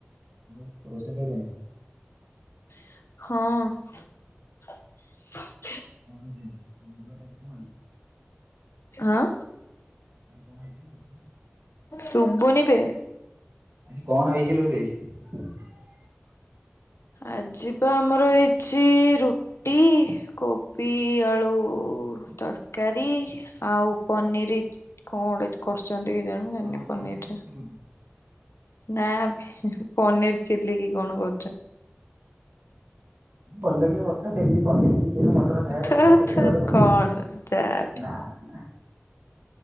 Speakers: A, on the right; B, on the left.
A: ଆଉ ରୋଷେଇ ସଇଲାଣି?
B: ହଁ
A: ପହଞ୍ଚି ଛିବି ତୁ ଗୁରୁବାର ଆଜି କଁ ପାଇଁ ଆଇଲୁ?
B: ଆଁ
A: ଆଜି କଣ ହେଇଛି ରୋଷେଇ?
B: ଶୁବୁନିବେ।
A: ଆଜି କଣ ହେଇଛି ରୋଷେଇ? <inaudible>
B: ଆଜି ବା ଆମର ହେଇଛି ରୁ ଟି କୋବି ଆଳୁ ତରକାରୀ ଆଉ ପନିରି କଣ ଗୋଟେ କରୁଛନ୍ତି କେ ଜାଣି ମୁଁ ଜାଣିନି
A: ହଁ ହଁ
B: ପନିରରେ।
A: ପନିର ଫୁଟି କହୁଛୁ।
B: ନା ପନିର ଚିଲ୍ଲି କି କଣ କରୁଛନ୍ତି।
A: ବଡ ଲୋକିଆ କଥା daily paneer chicken mutton ଖାଇବା
B: ଥୁ
A: ଲୋକ ଏଇଟା
B: ଥୁ
A: ଗୋଟେ କଥା।
B: କଣ ଯାହା ବି
A: ନା ନା